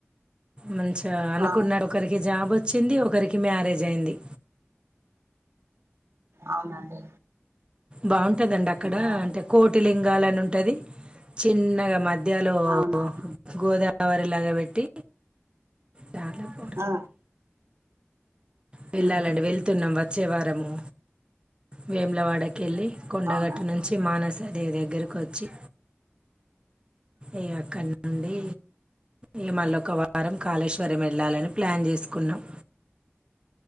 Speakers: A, on the right; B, on the right.
A: మ అనుకున్నారు
B: ఆ
A: ఒకరికి జాబు వచ్చింది ఒకరికి మ్యారేజ్ అయింది
B: అవునండి
A: బాగుంట ఉంటదండి అక్కడ
B: ఆ
A: అంటే కోటి లింగా అంటే అట్టది చిన్నగా మధ్యలో
B: అవునా
A: గోదావరి తవరిలాగాబట్టి చాల పో
B: ఆ
A: వెళ్ళాలండి
B: ఉమ్,
A: వెళ్తున్నాం వచ్చవారము వేములవాడ గలి కొండగట్టు
B: అవునా
A: నుంచి మానసి అదిే దగ్గరకు వచ్చి ఇ అక్కడి నుండి మ మళ్ళొ ఒక వారం కాళేశ్వరం వెళ్ళాలని ప్లాన్ చేసుకున్నాం